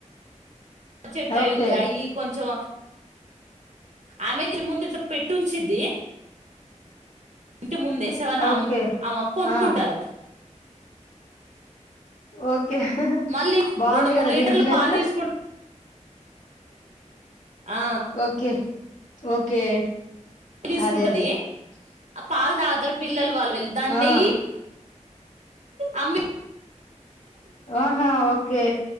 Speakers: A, on the right; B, on the left.
A: చెట్టు
B: ఓకే
A: అయి ఉంది అయి కొంచెం ఆమె ఇంటి ముందు ఇట్లా పెట్టుంచిద్ది. ఇంటి ముందు ఏసే వాళ్ళు
B: ఓకే
A: ఆమ్ ఆమొక్క కొనుకుంటారు.
B: ఆ ఓకే
A: మళ్ళీ
B: బాగుంది
A: రెండు మూడు
B: కాదా
A: లీటర్లు
B: బిజీనెస్.
A: పాలు తీసుకుంటది ఆ
B: ఓకే ఓకే
A: తీసుకుంటది
B: అదే అదే
A: ఆ పాలుదాతారు పిల్లలు వాళ్ళు వెళ్ళ దాన్ని
B: ఆ
A: నెయ్యి అమ్మె
B: ఆహా ఓకే